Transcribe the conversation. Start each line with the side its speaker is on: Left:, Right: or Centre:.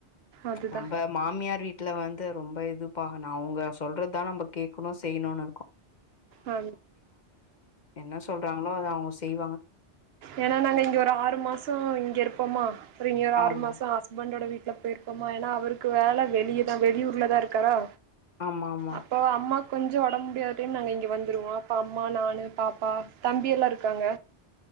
Right: அதுதா
Left: நம்ம மாமியார் வீட் வீட்டுல வந்து ரொம்ப இது பா அவங்க சொல்றது தான் நம்ம கேட்கணும் செய்யணும்னு இருக்கோ
Right: ஆ
Left: என்ன சொல்றாங்களோ அத அவங்க செய்வாங்க
Right: ஏன்னா நாங்க இங்க ஒரு ஆறு மாசம் இங்க இருப்போமா ஒரு இன்னொரு
Left: ஆமா
Right: ஆறு மாசோ ஹஸ்பண்ட்டோட வீட்டில் இருப்பமா ஏன்னா அவருக்கு வேலை வெளியேதான் வெளியூர்ல தான் இருக்காரா
Left: ஆமா ஆமா
Right: அப்போ அம்மா கொஞ்சோ ஒடம்ப முடியாதுன்னு அங்க வந்துருவா அப்ப அம்மா நானு பாப்பா தம்பி எல்லா இருக்காங்க